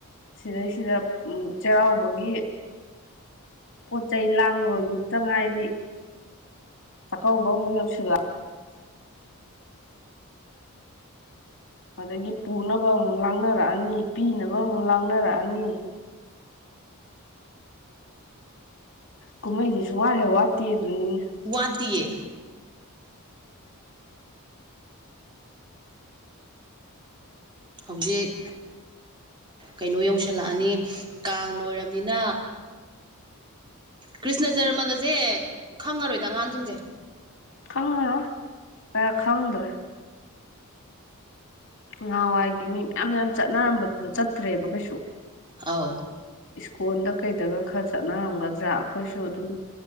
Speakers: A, on the left; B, on the right.
A: ꯁꯤꯗꯩꯁꯤꯗ ꯆꯩꯔꯥꯎꯕꯒꯤ ꯄꯣꯠ ꯆꯩ ꯂꯥꯡꯉꯕꯒꯤꯇ ꯉꯥꯏꯔꯤ ꯆꯀꯥꯎꯕ ꯑꯃ ꯌꯧꯁꯤꯂꯥ ꯑꯗꯒꯤ ꯄꯨꯅꯕ ꯑꯃꯨꯛ ꯂꯥꯡꯅꯔꯛꯑꯅꯤ ꯄꯤꯅꯕ ꯑꯃꯨꯛ ꯂꯥꯡꯅꯔꯛꯑꯅꯤ ꯀꯨꯝꯍꯩꯁꯤ ꯁꯨꯡ ꯋꯥꯔꯦ ꯋꯥꯠꯇꯦ ꯑꯗꯨꯅꯤꯅ
B: ꯋꯥꯇꯌꯦ ꯍꯧꯖꯤꯛ ꯀꯩꯅꯣ ꯌꯧꯁꯤꯜꯂꯛꯑꯅꯤ ꯀꯥꯡ ꯂꯣꯏꯔꯕꯅꯤꯅ ꯀ꯭ꯔꯤꯁꯅ ꯖꯔꯃꯒꯁꯦ ꯈꯪꯉꯔꯣꯏꯗ ꯑꯉꯥꯡꯁꯤꯡꯁꯦ
A: ꯈꯪꯉꯔ ꯀ ꯈꯪꯗ꯭ꯔꯦ ꯅꯍꯥꯟꯋꯥꯏꯒꯤ ꯃꯤ ꯃꯌꯥꯝ ꯃꯌꯥꯝ ꯆꯠꯅꯔꯝꯕꯗꯨꯗꯣ ꯆꯠꯇ꯭ꯔꯦꯕ ꯀꯩꯁꯨ
B: ꯑꯥꯎ
A: ꯀꯣꯟꯗ ꯀꯩꯗꯒ ꯈꯔ ꯆꯠꯅꯔꯝꯒꯗ꯭ꯔꯥ ꯑꯩꯈꯣꯏꯁꯨ ꯑꯗꯨꯝ